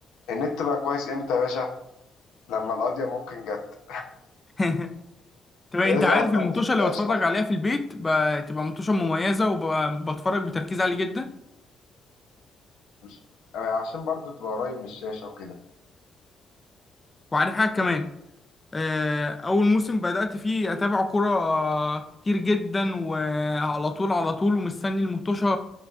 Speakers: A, on the left; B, on the left.
A: النت بقى كويس امتى يا باشا لما القضيه ممكن جت
B: <laughs> طب انت
A: يا ريت
B: عارف
A: اقطع
B: المطوشه
A: وما شفتهاش
B: اللي بتفرج
A: لايف
B: عليها في البيت ب- تبقى مطوشه مميزه وبتفرج بتركيز عالي جدا
A: مش يعني عشان برضو تبقى قريب من الشاشه وكده
B: وعارف حاجه كمان آه، اول موسم بدات فيه اتابع كوره كتير جدا وعلى طول على طول ومستني المطوشه